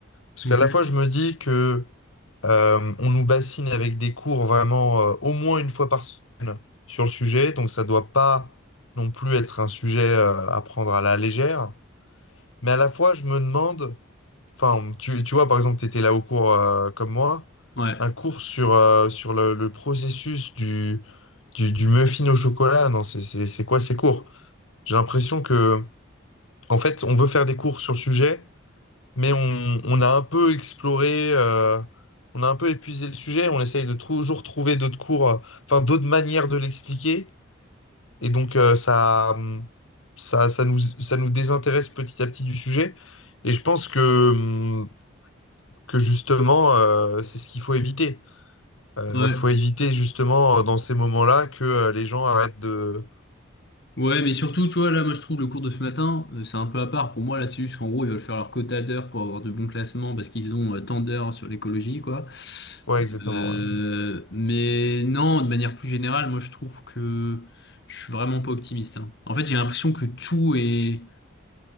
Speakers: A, on the left; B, on the left.
A: parce
B: Ok.
A: qu'à la fois, je me dis que euh, on nous bassine avec des cours vraiment euh, au moins une fois par semaine sur le sujet, donc ça doit pas non plus être un sujet euh, à prendre à la légère. Mais à la fois, je me demande, enfin, tu, tu vois, par exemple, tu étais là au cours euh, comme moi,
B: Ouais,
A: un cours sur, euh, sur le, le processus du, du, du muffin au chocolat. Non, c'est c'est- c'est quoi ces cours? J'ai l'impression que... En fait, on veut faire des cours sur le sujet, mais on, on a un peu exploré, euh, on a un peu épuisé le sujet, on essaye de toujours trouver d'autres cours, euh, enfin d'autres manières de l'expliquer, et donc euh, ça, hum, ça, ça nous, ça nous désintéresse petit à petit du sujet, et je pense que, hum, que justement, euh, c'est ce qu'il faut éviter. Euh,
B: ouais.
A: faut éviter justement euh, dans ces moments-là que euh, les gens arrêtent de...
B: Ouais, mais surtout, tu vois, là, moi, je trouve le cours de ce matin, euh, c'est un peu à part. Pour moi, là, c'est juste qu'en gros, ils veulent faire leur quota d'heures pour avoir de bons classements parce qu'ils ont euh, tant d'heures sur l'écologie, quoi.
A: Ouais, exactement.
B: Euh,
A: ouais.
B: mais non, de manière plus générale, moi, je trouve que je suis vraiment pas optimiste, hein. En fait, j'ai l'impression que tout est,